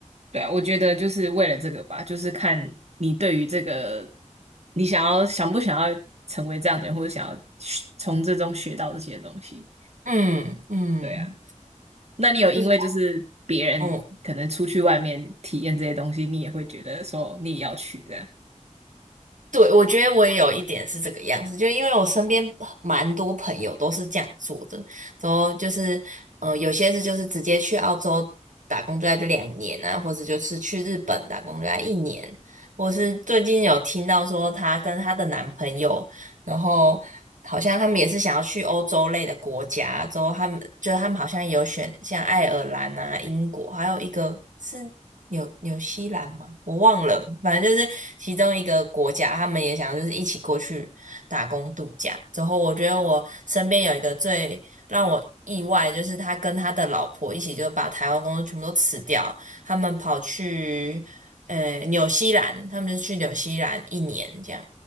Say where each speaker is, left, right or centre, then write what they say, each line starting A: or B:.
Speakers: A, on the right; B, on the right.
A: 对啊，我觉得就是为了这个吧，就是看你对于这个，你想要想不想要成为这样的人，或者想要学从这中学到这些东西。
B: 嗯嗯，
A: 对啊，那你有因为就是别人可能出去外面体验这些东西，
B: 就是嗯。
A: 你也会觉得说你也要去这样？
B: 对，我觉得我也有一点是这个样子，就因为我身边蛮多朋友都是这样做的，然后就是，呃，有些是就是直接去澳洲打工度假就两年啊，或者就是去日本打工度假一年，我是最近有听到说她跟她的男朋友，然后好像他们也是想要去欧洲类的国家，之后他们就他们好像有选像爱尔兰啊、英国，还有一个是。纽纽西兰吗？我忘了，反正就是其中一个国家，他们也想就是一起过去打工度假。之后我觉得我身边有一个最让我意外，就是他跟他的老婆一起就把台湾工作全部都辞掉，他们跑去呃纽西兰，他们就去纽西兰一年这样，